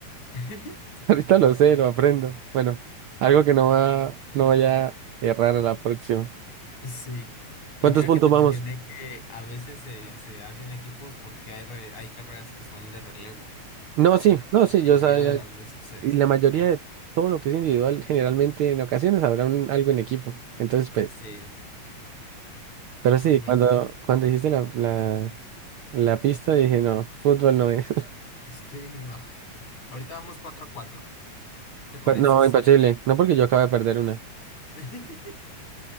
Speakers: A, on the left; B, on the right.
A: <laughs>
B: <laughs> Ahorita lo sé, lo aprendo. Bueno, algo que no va, no vaya a errar a la próxima.
A: sí. Y
B: ¿Cuántos
A: mira
B: puntos
A: que te
B: vamos?
A: mencioné que a veces se, se hacen equipos porque hay, re- hay carreras que son de relevo.
B: No, sí,
A: La
B: no, sí,
A: mayoría
B: yo sabía.
A: de las veces es
B: Y la
A: individual.
B: mayoría de todo lo que es individual, generalmente en ocasiones habrá un- algo en equipo. Entonces, pues,
A: Sí.
B: pero sí,
A: Pues mira.
B: cuando, cuando dijiste la, la, la pista, dije, no, fútbol no es.
A: Sí, no. Ahorita vamos 4 a 4.
B: <laughs>
A: ¿Te parece
B: Cu- No,
A: sí?
B: imposible. No porque yo acabo de perder una.
A: <laughs>